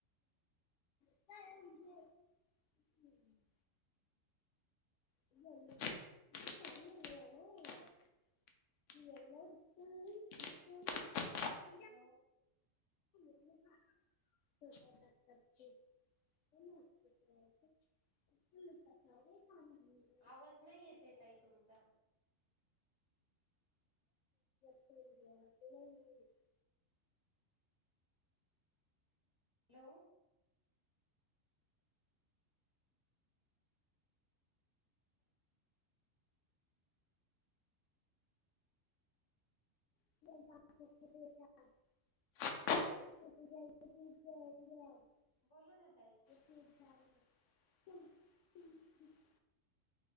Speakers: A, on the left (about 75°); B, on the left (about 20°).
A: <inaudible> <unintelligible> <inaudible> <inaudible> जेवलात तुम्ही <inaudible>
B: हॅलो.
A: <unintelligible> जेवलात का तुम्ही. <unintelligible> <unintelligible>
B: आवाज नाही येते ताई तुमचा.
A: <unintelligible>
B: हॅलो.
A: <inaudible> <inaudible>
B: बोला ना ताई.
A: <inaudible>